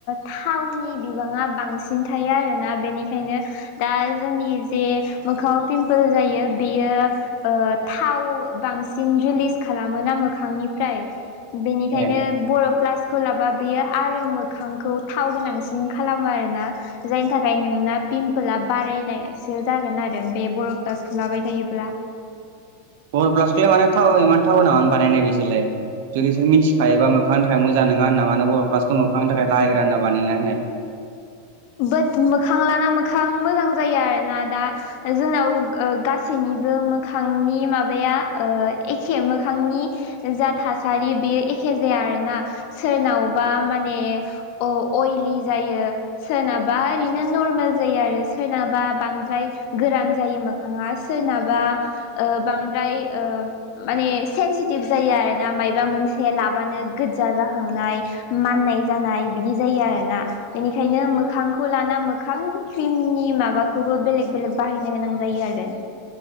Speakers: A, on the left; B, on the right.
A: थावनि बिबाङा बांसिन थायो आरोना बेनि बेखायनो दा जोंनि जे मोखाङाव पिमपोल जायो बेयो ओ थाव बांसिन रिलिस खालामोना मोखांनिफ्राय। बेनिखायनो
B: ए
A: बर' प्लासखौ लाबा बेयो आरो मोखांखौ थाव गोनांसिन खालामो आरोना। जायनि थाखाय नोंना पिमपोल बारायनायसो जागोन आरो बे बर प्लाउसखौ लाबाय थायोब्ला।
B: बर प्लासखौलाय मानो थाव इमान थाव होना बानायनाय बिसोरलाय? जुदि बिसोर मिनथिखायोबा मोखांनि थाखाय मोजां नङा होन्ना मानो बर' प्लासखौ मोखांनि थाखाय रायग्रा होनना बानायनायना होनाय?
A: बाट मोखां लाना मोखां मोजां जायो आरोना दा जोंनाव ओ गा सैनिबो मोखांनि माबाया ओ एखे मोखांनि जा थासारि बेयो एखे जाया आरोना। सोरनावबा माने अ अइलि जायो। सोरनाबा ओरैनो नरमेल जायो आरो सोरनाबा बांद्राय गोरान जायो मो खाङा सोरनाबा ओ बांद्राय ओ माने सेनसिटिभ जायो आरोना मायबा मोनसे लाबानो गोजजा जाखांनाय। माननाय जानाय बिदि जायो आरो ना बेनि खायनो मोखांखौ लाना मोखां क्रिमनि माबाखौबो बेलेग बेलेग बाहायनो गोनां जायो आरो।